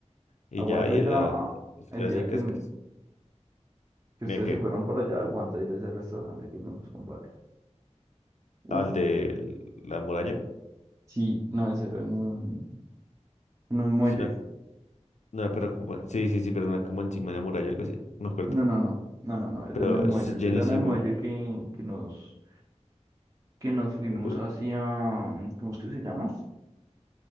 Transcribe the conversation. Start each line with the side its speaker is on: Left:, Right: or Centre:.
Left: Y
Right: Aguanta
Left: ya, y en
Right: ir
Left: la-
Right: a,
Left: las
Right: el
Left: clásicas,
Right: día que,
Left: que es-
Right: que
Left: mira
Right: ustedes
Left: que,
Right: se fueron para allá, aguanta ir a ese restaurante que fuimos con Vale. Uf,
Left: al de la muralla.
Right: sí, no, ese era en un, en un muelle.
Left: es una- no, pero como- sí, sí, sí, pero una como encima de la muralla, algo así, no me acuerdo.
Right: No, no, no, no, no, no, era
Left: Pero
Right: en el muelle.
Left: es llenísimo.
Right: Era en el muelle que, que nos, que nos fuimos
Left: Ujú.
Right: hacia, ¿cómo es que se llama?